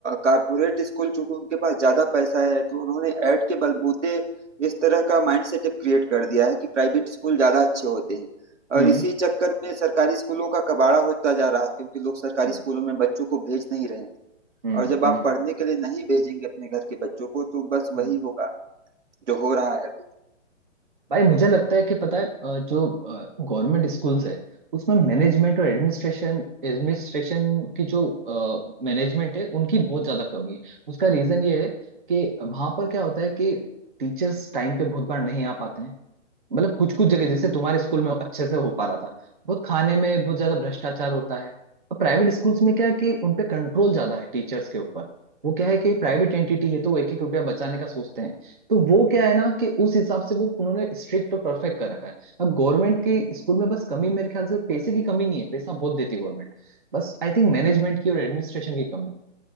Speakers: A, on the right; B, on the right.
A: कारपोरेट स्कूल चूंकि उनके पास ज्यादा पैसा है तो उन्होंने ऐड के बलबूते इस तरह का माइंडसेट क्रिएट कर दिया है कि प्राइवेट स्कूल ज्यादा अच्छे होते हैं
B: हम्म
A: और इसी चक्कर में सरकारी स्कूलों का कबाड़ा होता जा रहा है क्योंकि लोग सरकारी
B: हम्म
A: स्कूलों में बच्चों को भेज नहीं रहे हैं
B: हम्म
A: और जब आप
B: हम्म
A: पढ़ने के लिए नहीं भेजेंगे अपने घर के बच्चों को तो बस वही
B: हम्म।
A: होगा जो हो रहा है अभी
B: भाई मुझे लगता है कि पता है अ, जो गवर्नमेंट स्कूल्स है उसमें मैनेजमेंट और एडमिनिस्ट्रेशन एडमिनिस्ट्रेशन की जो मैनेजमेंट है उनकी बहुत ज्यादा कमी है उसका रीजन ये है कि वहां पर क्या होता है कि टीचर्स टाइम पे बहुत बार नहीं आ पाते हैं मतलब कुछ कुछ जगह जैसे तुम्हारे स्कूल में अच्छे से हो पा रहा था बहुत खाने में बहुत ज्यादा भ्रष्टाचार होता है और प्राइवेट स्कूल्स में क्या है कि उनपे कंट्रोल ज्यादा है टीचर्स के ऊपर वो क्या है कि प्राइवेट एंटिटी है तो वो एक एक रुपया बचाने का सोचते हैं तो वो क्या है ना कि उस हिसाब से वो उन्होंने स्ट्रिक्ट और परफेक्ट कर रखा है अब गवर्नमेंट की स्कूल में बस कमी मेरे ख्याल से पैसे की कमी नहीं है पैसा बहुत देती है गवर्नमेंट बस आई थिंक मैनेजमेंट की और एडमिनिस्ट्रेशन की कमी है।